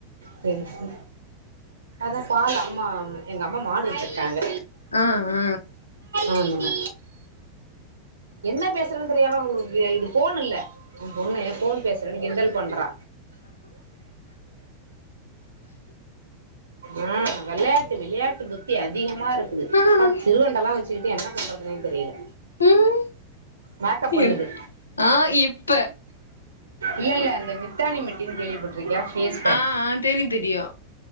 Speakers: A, on the right; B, on the left.
A: சேரி சே அத பால் அம் மா எங்கம்மா மாடு வச்சிருக்காங்க
B: ஆ ஆ
A: ஆமாமா என்ன பேசுறன்னு தெரிய்யாம உ இது போன் இல்ல எ பொண்ணு ஃபோன் பேசுறேன் கிண்டல் பண்றா ஆ வெளையாட்டு விளையாட்டு புத்தி அதிகமா இருக்குது
B: ஆ
A: ப்பா சிறுவண்டல்லா வச்சுக்கிட்டு என்ன பண்றதுனு தெரில
B: ஆ
A: மேக்கப் பண்ணுது
B: என்ன ஆ இப்ப
A: இல்லெல்ல அந்த மித் தானி மெட்டின் கேள்விபட்ருக்கியா ஃபேஸ் பேக்
B: ஆ ஆ தெரியு தெரியு